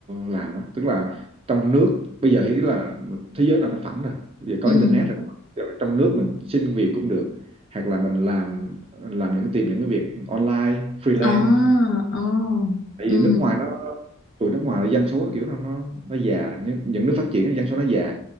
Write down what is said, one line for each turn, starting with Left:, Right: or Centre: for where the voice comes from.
Right: làm á tức là trong nước bây giờ ý là thế giới là nó phẳng rồi giờ
Left: Ừ
Right: có internet rồi Giờ trong nước mình xin việc cũng được hoặc là mình làm làm những tìm những cái việc online freelance
Left: À, ờ,
Right: tại
Left: ừ,
Right: vì nước ngoài nó tụi nước ngoài là dân số nó kiểu nó nó nó già những, những nước phát triển dân số nó già